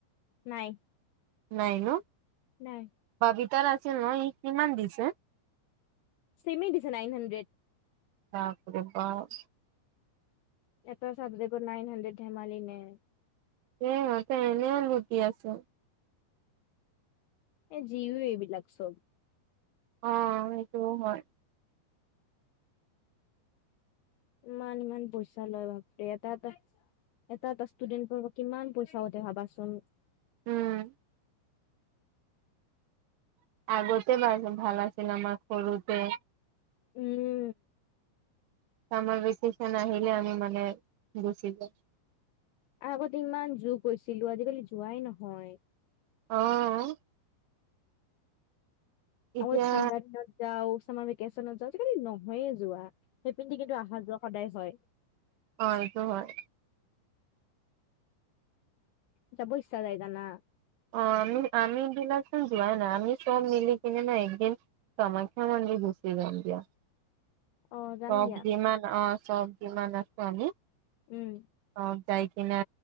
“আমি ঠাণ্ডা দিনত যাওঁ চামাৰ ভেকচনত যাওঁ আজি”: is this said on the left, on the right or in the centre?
Left